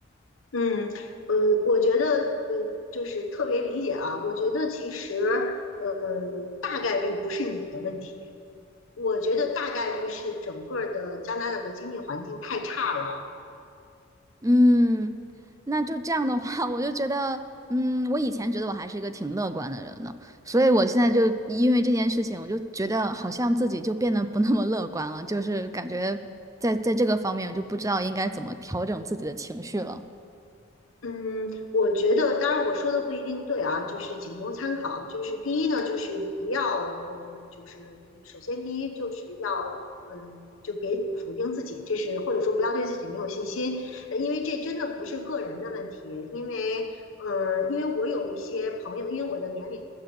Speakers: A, on the left (about 80°); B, on the right (about 15°).
A: 嗯，呃，我觉得呃，就是特别理解啊。我觉得其实呃，大概率不是你的问题，我觉得大概率是整个的加拿大的经济环境太差了。
B: 嗯，那就这样的话，我就觉得，嗯，我以前觉得我还是一个挺乐观的人呢，所以我现在就因为这件事情，我就觉得好像自己就变得不那么乐观了，就是感觉在在这个方面，我就不知道应该怎么调整自己的情绪了。
A: 嗯，我觉得，当然我说的不一定对啊，就是仅供参考。就是第一呢，就是不要，嗯，就是嗯首先第一就是要，嗯，就别否定自己，这是或者说不要对自己没有信心，呃因为这真的不是个人的问题。因为，嗯，因为我有一些朋友，因为我的年龄